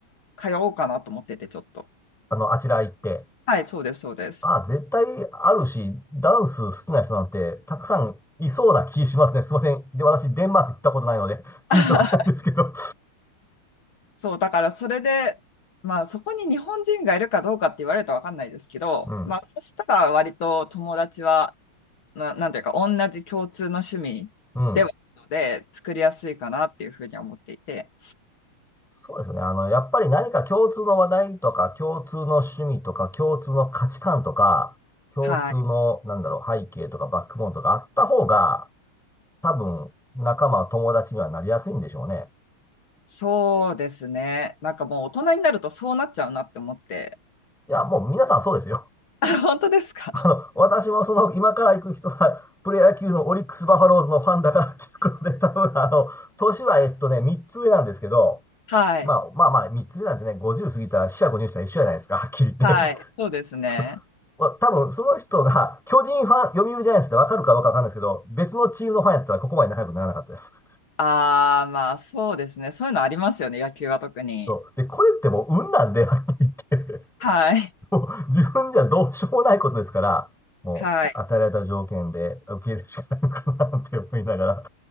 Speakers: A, on the left; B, in the centre.
A: 通おうかなと思ってて、ちょっと。
B: あの、あちら行って。
A: はい、そうです、そうです。
B: あ、絶対あるし、ダンス好きな人なんてたくさんいそうな気しますね。すいません。で、私、デンマーク行ったことないので、<laughs> ピンとこないんですけど。
A: <laughs> そう、だからそれで、まあそこに日本人がいるかどうかって言われると分かんないですけど、
B: <laughs> うん。
A: まあそしたら割と友達は、な、なんていうか同じ共通の趣味ではあるので作りやすいかなっていうふうに思っていて、
B: うん。そうですね。あの、やっぱり何か共通の話題とか、共通の趣味とか、共通の価値観とか、共通の、
A: はい。
B: なんだろう、背景とかバックボーンとかあった方が、多分、仲間、友達にはなりやすいんでしょうね。
A: そうですね。なんかもう大人になるとそうなっちゃうなって思って。
B: いや、もう皆さんそうですよ。
A: あ、本当ですか
B: <laughs> あの、私もその、今から行く人は、プロ野球のオリックス・バファローズのファンだからっていうことで、多分あの、年はえっとね、3つ上なんですけど、
A: <laughs> はい。
B: まあまあまあ、3つ上なんてね、50過ぎたら四捨五入したら一緒じゃないですか、はっきり言って。
A: はい。そうですね。
B: <laughs> まあ、多分その人が、巨人ファン、読売ジャイアンツってわかるかどかわかんないですけど、別のチームのファンやったらここまで仲良くならなかったです。
A: ああ、まあそうですね。そういうのありますよね。野球は特に。
B: そうで、これってもう運なんで、はっきり言って。
A: はい。
B: もう自分じゃどうしようもないことですから、もう与えられた条件で受け入れるしかないのかなって思いながら、
A: はい。